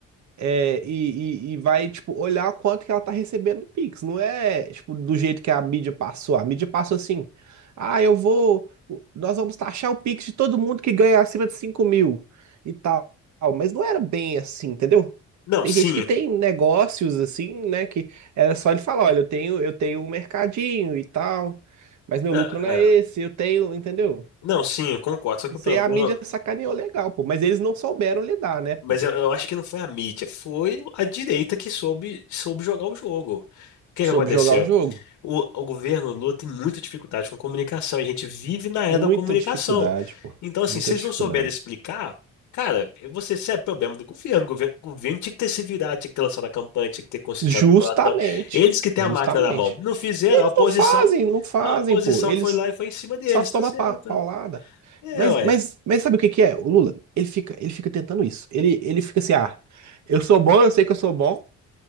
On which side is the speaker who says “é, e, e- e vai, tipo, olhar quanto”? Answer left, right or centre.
Right